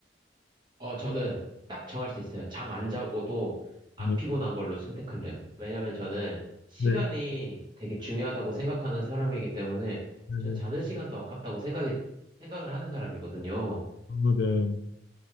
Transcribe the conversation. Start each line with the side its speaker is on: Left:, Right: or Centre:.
Right: 어, 저는 딱 정할 수 있어요. 잠 안 자고도 안
Left: 네,
Right: 피곤한 걸로 선택할래요. 왜냐면 저는 시간이
Left: 네,
Right: 되게 중요하다고 생각하는 사람이기 때문에,
Left: 네,
Right: 전
Left: 네.
Right: 자는 시간도 아깝다고 생각이, 생각을 하는 사람이거든요.
Left: 아, 네.